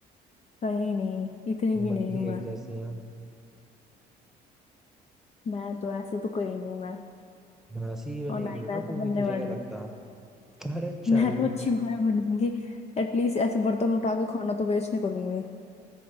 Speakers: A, on the left; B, in the centre.
A: कहीं नहीं इतनी भी
B: बनती
A: नहीं हूँ
B: है
A: मैं
B: एक जैसी है
A: मैं तो ऐसे तो कहीं नहीं हूँ मैं
B: ऐसी ही बनेगी
A: और ना ही
B: बेटा
A: मैं ऐसे
B: तू भी
A: बनने
B: तुझे
A: वाली
B: क्या
A: हूँ
B: लगता अरे चल
A: मैं तो अच्छी माँ बनूंगी एटलीस्ट ऐसे बर्तन उठा के खाना तो वेस्ट नहीं करूंगी